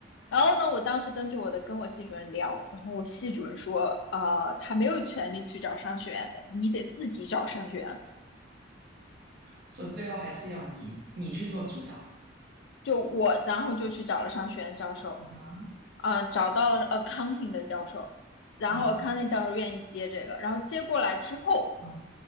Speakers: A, on the left; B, on the right.
A: 然后呢，我当时根据我的跟我系主任聊，然后我系主任说，呃，他没有权利去找商学院的，你得自己找商学院。
B: 所以最后还是要你你去做主导
A: 就我，然后就去找了商学院教授，
B: 啊，
A: 啊、找到了 accounting 的教授，然后
B: 嗯
A: accounting 教授愿意接这个，然后接过来之后，
B: 啊